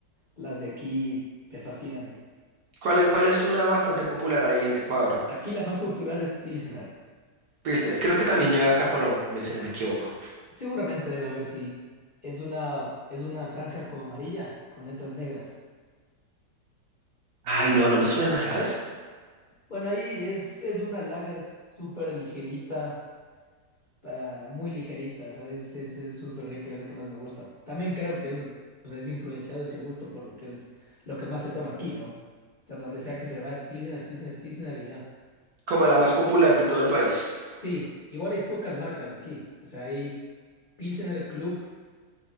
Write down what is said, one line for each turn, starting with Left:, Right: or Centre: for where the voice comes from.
Left: las de aquí me fascinan.
Right: ¿Cuál, es- cuál es una bastante popular ahí en Ecuador?
Left: Aquí la más popular es Pilsner.
Right: Pues eh, creo que también llega acá a Colombia, si no me equivoco.
Left: Seguramente debe haber, sí. Es una, es una franja como amarilla con letras negras.
Right: Ay, no, no me suena, ¿sabes?
Left: Bueno, ahí es, es una lager súper ligerita, ah, muy ligerita, o sea, es, es, es súper rica, es la que más me gusta. También creo que es, o sea, es influenciado ese gusto por lo que es, lo que más se toma aquí, ¿no? O sea, donde sea que se va es Pilsener, Pilsener, Pilsener y ya.
Right: Como la más popular de todo el país.
Left: Sí, igual hay pocas marcas aquí, o sea, hay Pilsener Club